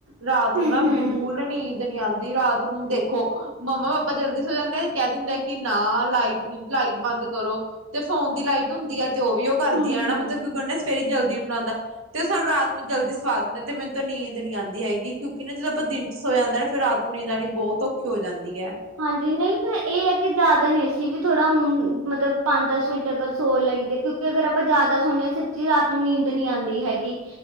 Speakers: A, on the right (about 70°); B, on the right (about 80°).
A: ਰਾਤ
B: ਹੂੰ-ਹੂੰ,
A: ਨੂੰ ਨਾ ਬਿਲਕੁਲ ਨੀਂਦ ਨੀ ਆਉਂਦੀ ਰਾਤ ਨੂੰ ਦੇਖੋ ਮੰਮਾ ਪਾਪਾ ਜਲਦੀ ਸੋ ਜਾਂਦੇ ਤੇ ਕਹਿ ਦਿੰਦੇ ਆ ਕਿ ਨਾ ਲਾਈਟ ਨੀ ਲਾਈਟ ਬੰਦ ਕਰੋ ਤੇ ਫੋਨ ਦੀ ਲਾਈਟ ਹੁੰਦੀ ਹੈ ਤੇ ਉਹ ਵੀ ਉਹ ਕਰਦੀ
B: ਹੂੰ-ਹੂੰ।
A: ਹਾਂ ਮਤਲਬ ਕਿ ਕਹਿੰਦੇ ਸਵੇਰੇ ਹੀ ਜਲਦੀ ਉੱਠਣਾ ਹੁੰਦਾ ਤੇ ਉਹ ਸਾਨੂੰ ਰਾਤ ਨੂੰ ਜਲਦੀ ਸਵਾ ਦਿੰਦੇ ਤੇ ਮੈਨੂੰ ਤੋਂ ਨੀਂਦ ਨਹੀਂ ਆਂਦੀ ਹੈਗੀ ਕਿਉਂਕਿ ਨਾ ਜਦੋਂ ਆਪਾਂ ਦਿਨ ਚ ਸੋ ਜਾਂਦਾ ਨਾ ਫਿਰ ਰਾਤ ਨੂੰ ਨੀਂਦ ਆਣੀ ਬਹੁਤ ਔਖੀ ਹੋ ਜਾਂਦੀ ਹੈ
B: ਹਾਂਜੀ ਨਹੀਂ ਪਰ ਇਹ ਹੈ ਕਿ ਜ਼ਿਆਦਾ ਨੀ ਅਸੀਂ ਵੀ ਥੋੜ੍ਹਾ ਉਂ ਮਤਲਬ ਪੰਜ ਦਸ ਮਿੰਟ ਅਗਰ ਸੋ ਲਈਦੇ ਕਿਉਂ ਕਿ ਅਗਰ ਆਪਾਂ ਜਿਆਦਾ ਸੋਦੇ ਹਾਂ ਸੱਚੀ ਰਾਤ ਨੂੰ ਨੀਂਦ ਨੀ ਆਉਂਦੀ ਹੈਗੀ